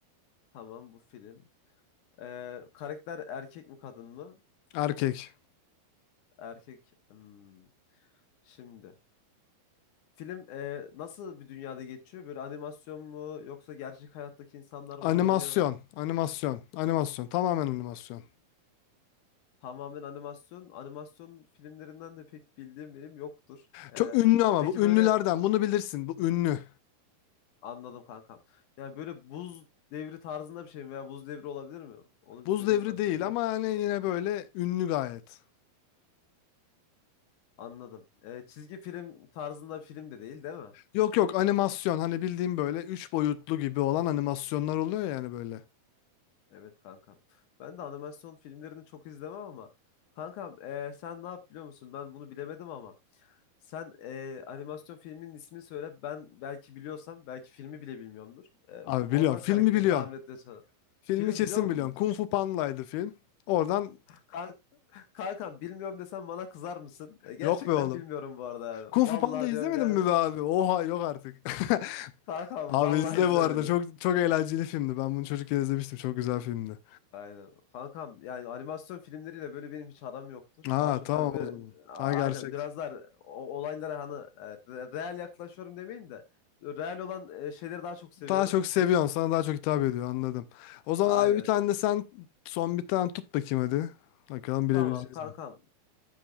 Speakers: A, on the left (about 65°); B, on the left (about 85°).
A: Tamam bu film. Ee, karakter erkek mi kadın mı?
B: Erkek.
A: Erkek. Hmm. Şimdi. Film e, nasıl bir dünyada geçiyor? Böyle animasyon mu yoksa gerçek hayattaki insanlar mı
B: Animasyon.
A: oynuyor?
B: Animasyon. Animasyon. Tamamen animasyon.
A: Tamamen animasyon. Animasyon filmlerinden de pek bildiğim benim yoktur. Ee,
B: Çok ünlü ama
A: peki
B: bu
A: böyle
B: ünlülerden bunu bilirsin. Bu ünlü.
A: anladım kankam. Yani böyle buz devri tarzında bir şey mi veya buz devri olabilir mi? Onu bir
B: Buz
A: söyleyeyim
B: Devri
A: ben sana
B: değil
A: öncelikle.
B: ama hani yine böyle ünlü gayet.
A: Anladım. Ee, çizgi film tarzında bir film de değil, değil mi?
B: Yok yok animasyon hani bildiğim böyle üç boyutlu gibi olan animasyonlar oluyor yani böyle.
A: Evet kankam. Ben de animasyon filmlerini çok izlemem ama kankam e, sen ne yap biliyor musun? Ben bunu bilemedim ama sen e, animasyon filminin ismini söyle. Ben belki biliyorsam belki filmi bile bilmiyorumdur. E,
B: Abi
A: oradan
B: biliyorum
A: karakteri
B: filmi biliyorsun.
A: tahmin etmeye çalış.
B: Filmi
A: Filmi
B: kesin
A: biliyor mudur?
B: biliyorsun. Kung Fu Panda'ydı film. Oradan
A: Kan kankam bilmiyorum desem bana kızar mısın? E, gerçekten
B: yok be oğlum
A: bilmiyorum bu arada yani.
B: Kung
A: Vallahi
B: Fu Panda izlemedin
A: diyorum yani.
B: mi be abi? Oha yok artık. <laughs>
A: Kankam
B: Abi
A: vallahi
B: izle
A: izlemedim.
B: bu arada. Çok çok eğlenceli filmdi. Ben bunu çocukken izlemiştim. Çok güzel filmdi.
A: Aynen. Kankam yani animasyon filmleriyle böyle benim hiç aram yoktur.
B: Ha
A: Daha çok
B: tamam
A: hani böyle
B: o zaman.
A: a-
B: Ha gerçek.
A: aynen biraz daha o- olaylara hani e, re- real yaklaşıyorum demeyeyim de real olan e, şeyleri daha çok seviyorum.
B: Daha çok seviyorsun. Sana daha çok hitap ediyor. Anladım. O zaman
A: Aynen.
B: abi bir tane de sen son bir tane tut bakayım hadi. Bakalım bilebileceğiz
A: Tamam kankam.
B: mi?